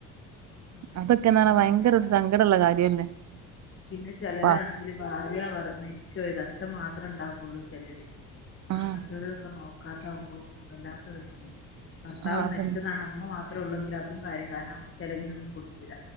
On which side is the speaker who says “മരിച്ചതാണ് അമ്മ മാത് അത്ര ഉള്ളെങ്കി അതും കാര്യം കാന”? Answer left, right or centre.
Left